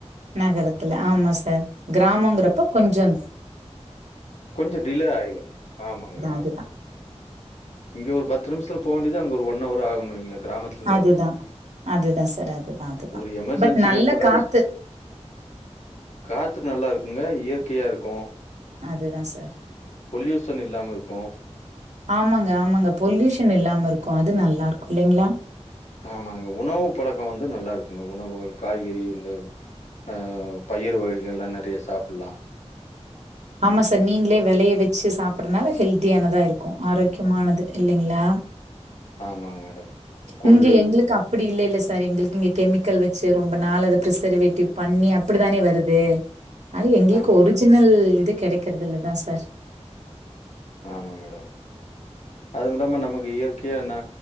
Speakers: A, on the right; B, on the left.
A: நகரத்துல ஆமா சார் கிராமங்கறப்ப கொஞ்சோ
B: கொஞ்ச டிலே ஆயிரும் ஆமாங்க ஆமா
A: அதுதான்.
B: இங்க ஒரு பத்து நிம்ஸத்ல போ வேண்டிது அங்க ஒரு ஒன்னவர் ஆகுண் வைங் கிராமத்லருந்து
A: அதுதான்.
B: வரணுன்
A: அதுதான் சார். அதுதான், அதுதான்.
B: ஒரு எமர்ஜென்சினா
A: பட் நல்ல
B: கூட
A: காத்து.
B: காத்து நல்லாருக் இங்க இயற்கையாருக்கும்
A: அதுதான் சார்.
B: பொல்யூசன் இல்லாமருக்கும்
A: ஆமாங்க ஆமாங்க பொல்யூஷன் இல்லாமருக்கும் அது நல்லாருக்கு இல்லைங்ளா
B: ஆமாங்க உணவு பழக்கோ வந்து நல்லாருக்குங்க உணவுகள் காய்கறி இந்த ஆ பயிரு வகைகல்லாம் நெறைய சாப்புல்லாம்.
A: ஆமா சார் நீங்களே விளைய வச்சு சாப்பிடறதுனால ஹெல்தியானதா இருக்கும் இருக்கும் ஆரோக்கியமானது
B: ம்.
A: இல்ல ங்களா
B: ஆமாங்க மேடம். கொள்ளு.
A: இங்க எங்களுக்கு அப்படி இல்லலைல்ல சார் சரி எங்களுக்கு இங்க கெமிக்கல் வச்சு ரொம்ப நாள் அத பிரிசர்வேட்டிவ் பண்ணி அப்படித்தானே வருது ஆன எங்களுக்கு
B: ஆமா
A: ஒரிஜினல்
B: மேடம்.
A: இது கிடைக்கிறது இலதான் சார்
B: ஆமாம் மேடம் அதுவும்லாமல் நமக்கு இயற்கையாக ந